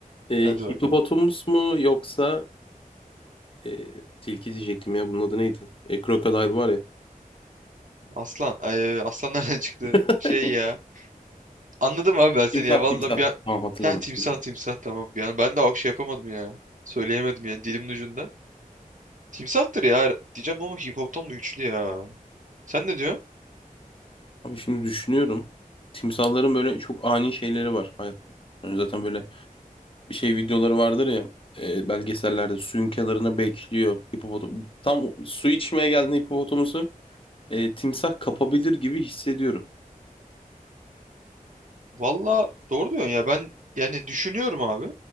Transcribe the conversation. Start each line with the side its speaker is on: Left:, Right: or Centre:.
Left: Ee,
Right: Hadi bakalım.
Left: hipopotamus mu yoksa e, tilki diyecektim ya bunun adı neydi? E, crocodile var ya.
Right: Aslan. Ay, aslan <laughs> nereden çıktı?
Left: <laughs>
Right: Şey ya. Anladım abi ben seni
Left: Timsah
Right: ya. Valla
Left: timsah.
Right: bir an...
Left: Tamam hatırladım.
Right: Heh, timsah
Left: Timsah.
Right: timsah tamam. Bir an ben de o şey yapamadım ya. Söyleyemedim yani dilimin ucunda. Timsahtır ya diyeceğim ama hip hop'tan da güçlü ya. Sen ne diyorsun?
Left: Abi şimdi düşünüyorum. Timsahların böyle çok ani şeyleri var. Hayat, yani zaten böyle bir şey videoları vardır ya. e, belgesellerde suyun kenarına bekliyor. Hipopotam tam su içmeye geldiğinde hipopotamusu e, timsah kapabilir gibi hissediyorum.
Right: Valla doğru diyorsun ya ben yani düşünüyorum abi.